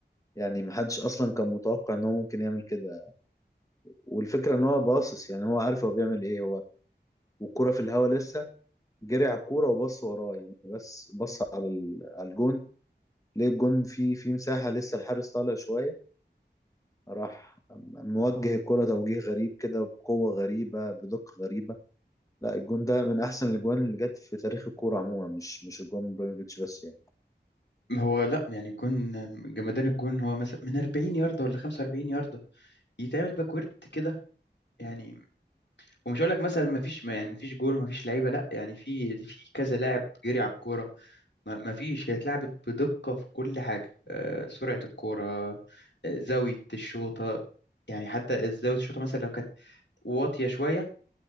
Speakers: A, on the left; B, on the left.
A: يعني محدش اصلا كان متوقع ان هو ممكن يعمل كده والفكرة ان هو باصص يعني هو عارف هو بيعمل ايه هو والكرة في الهوا لسه جري على الكورة وبص وراه يعني بس بص على ال- على الجون ليه الجون في في مساحة لسه الحارس طالع شوية راح موجه الكرة توجيه غريب كده بقوة غريبة بدقة غريبة لا الجون ده من احسن الاجوان اللي جت في تاريخ الكورة عموما مش مش الجون بريفيتش بس يعني
B: ما هو لا يعني الجون جمدان الجون هو مثلا من 40 ياردة ولا 45 ياردة يتعمل باكورد كده يعني ومش هقول لك مثلا ما فيش ما يعني ما فيش جون وما فيش لعيبة لا يعني في في كذا لاعب جري على الكورة ما ما فيش هي اتلعبت بدقة في كل حاجة آه، سرعة الكورة آه، زاوية الشوطة يعني حتى زاوية الشوطة مثلا لو كانت واطية شوية